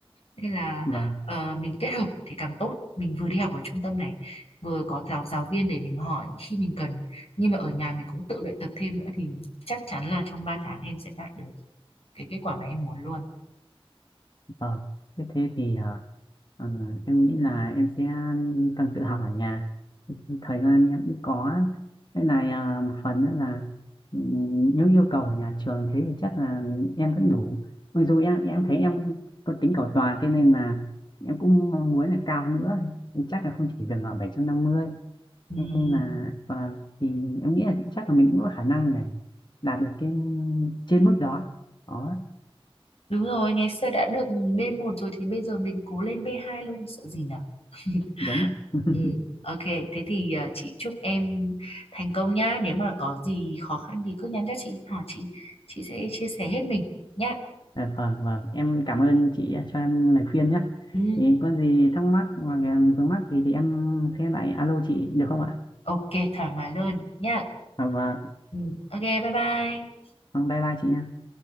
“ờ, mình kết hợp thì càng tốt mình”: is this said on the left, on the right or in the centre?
Left